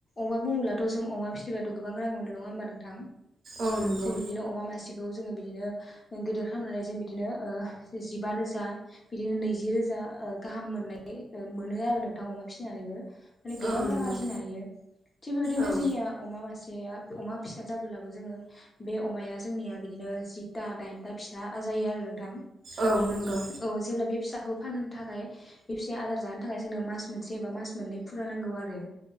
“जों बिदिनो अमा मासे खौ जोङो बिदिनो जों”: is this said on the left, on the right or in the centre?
Left